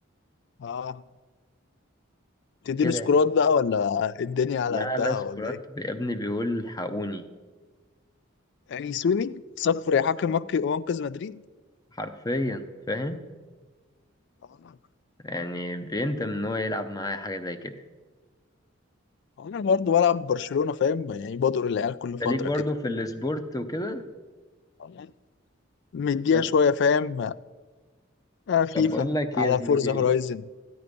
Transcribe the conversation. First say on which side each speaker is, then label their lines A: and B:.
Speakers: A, on the left (about 55°); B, on the left (about 20°).
A: اه تديله
B: كده
A: سكورات
B: يعني.
A: بقى ولا الدنيا على
B: لا
A: قدها
B: لا سكرات
A: ولا إيه؟
B: يا ابني بيقول الحقوني
A: أليسوني صفر يا حكم منقذ منقذ مدريد
B: حرفيا فاهم
A: آه.
B: يعني بيندم ان هو يلعب معايا حاجه زي كده
A: انا برضه بلعب برشلونة فاهم يعني بدور العيال كل
B: انت
A: فترة
B: ليك برضو
A: كده
B: في السبورت وكده
A: آه. مديها
B: طب
A: شوية فاهم آه فيفا
B: طب بقول لك
A: على
B: ايه يا زميلي
A: فورزا هورايزن